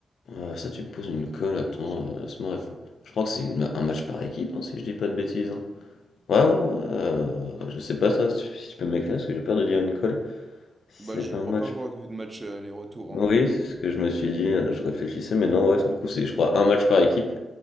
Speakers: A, on the left (about 80°); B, on the right (about 25°).
A: Euh, ça, tu me poses une colle, attends,
B: par équipe
A: euh, laisse-moi. réfl- Je crois que c'est une- un match par équipe, non, si je dis pas de bêtises. hein. Ouais, ouais, ouais, euh, je sais pas ça, si tu si tu peux m'éclairer, parce que j'ai peur de dire une colle. Si
B: Bah,
A: c'est
B: je crois
A: un match
B: pas avoir vu de match euh, aller-retour. hein.
A: Oui, c'est ce
B: Et, euh,
A: que je me suis dit, euh, je réfléchissais, mais non, ouais, du coup, c'est, je crois, un match par équipe.